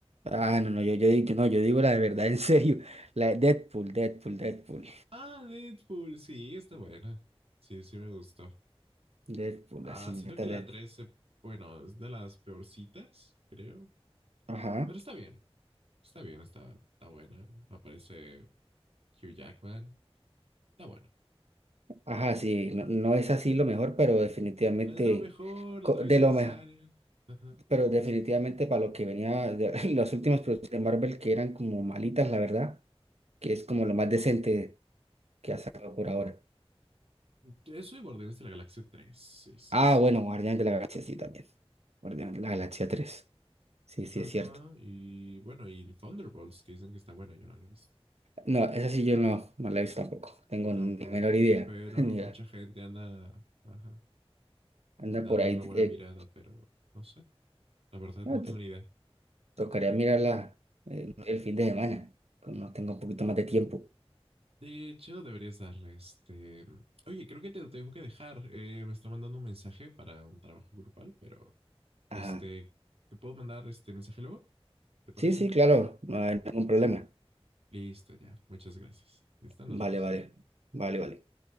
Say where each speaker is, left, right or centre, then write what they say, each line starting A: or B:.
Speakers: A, on the right (about 85°); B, on the right (about 70°).
A: ah, no, no, yo, yo, digo- no, yo digo la de verdad, <laughs> en serio. La de Deadpool, Deadpool, Deadpool.
B: Ah, Deadpool, sí, está buena. Sí, sí me gustó.
A: Deadpool,
B: Ah,
A: la señorita
B: siento que la
A: Deadpool.
B: 3 se- bueno, es de las peorcitas, creo.
A: Ajá.
B: Pero está bien, está bien, está, está buena. Aparece Hugh Jackman, está buena.
A: Ajá, sí, no, no es así lo mejor, pero definitivamente
B: Es lo mejor, la
A: co-
B: otra vez
A: de
B: innecesaria.
A: lo mejor.
B: Ajá,
A: pero definitivamente
B: sí, sí.
A: para lo que venía, de- <laughs> las últimas producciones de Marvel que eran como malitas, la verdad, que es como lo más decente que ha sacado por ahora.
B: Eso y Guardianes de la Galaxia 3 sí, sí,
A: Ah,
B: sí.
A: bueno, Guardián de la Galaxia sí también. Guardián de la Galaxia tres Sí, sí,
B: Ajá,
A: es cierto.
B: y bueno, y Thunderbolts, que dicen que está buena, yo no la he visto.
A: No, esa sí yo no, no la he visto tampoco. Tengo
B: Yo tampoco,
A: ni la menor idea.
B: pero
A: <laughs> Ni idea.
B: mucha gente anda, ajá,
A: Anda
B: dándole
A: por ahí.
B: una buena
A: eh,
B: mirada, pero no sé, la verdad
A: no,
B: no tengo
A: to-
B: ni idea.
A: tocaría mirarla eh, el fin de semana, cuando tenga un poquito más de tiempo.
B: De hecho, deberías darle este. Oye, creo que te tengo que dejar. Eh, me está mandando un mensaje para un trabajo grupal, pero
A: Ajá.
B: este, te puedo mandar este mensaje luego, ¿te parece?
A: Sí, sí, claro, no hay ningún problema.
B: Listo, ya. Muchas gracias. Listo, nos
A: Vale,
B: vemos.
A: vale, vale, vale.